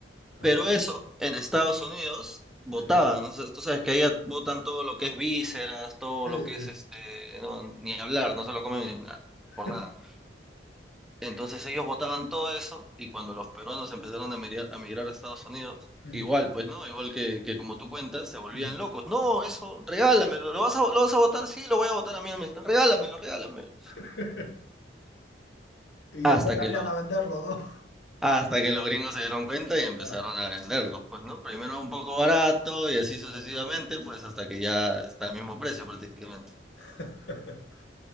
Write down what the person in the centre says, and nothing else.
Pero eso, en Estados Unidos votaban,
¿no? o sea, tú sabes que allá votan todo lo que es vísceras, todo
lo que
es este, no, ni hablar, no se lo comen ni nada,
por nada. Entonces ellos votaban todo eso y cuando los peruanos empezaron a emigrar a, migrar a Estados Unidos,
igual, pues no, igual que, que como tú cuentas, se volvían
locos. No, eso, regálamelo, ¿lo vas a, lo vas a votar? Sí, lo voy a votar a mí, no me- regálamelo, regálamelo.
Hasta
que los
Hasta que los gringos se dieron cuenta y empezaron
a venderlos, pues, ¿no? Primero un poco barato y así sucesivamente,
pues hasta que ya está al mismo precio prácticamente.